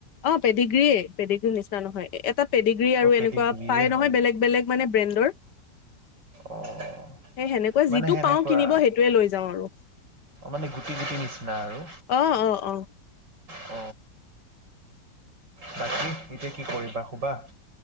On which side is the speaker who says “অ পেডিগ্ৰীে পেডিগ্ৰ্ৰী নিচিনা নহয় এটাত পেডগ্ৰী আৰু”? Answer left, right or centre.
Left